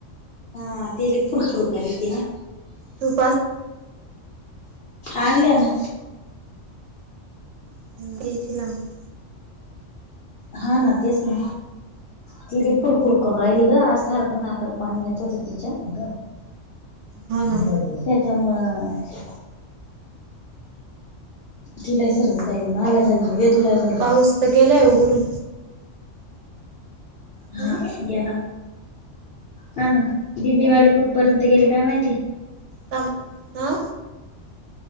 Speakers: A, on the left; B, on the right.
A: हा ती लई फुर फुर करती ना.
B: तू. <inaudible>
A: आणल ना.
B: <inaudible>
A: हा ना तेच ना. ती लई फुरफुर करू राहिली ग आज सारखं नाकाल पाणी येत होत तिच्या. त्याच्यामुळं.
B: हा ना
A: तिला ही सर्दी झाली माला झाली वेदूला झाली
B: पाऊस तर गेलाय उघडून
A: हा
B: हम्म
A: गेला हा ना दिंडीवाले कुठपर्यंत गेले काय माहिती.
B: थांब हा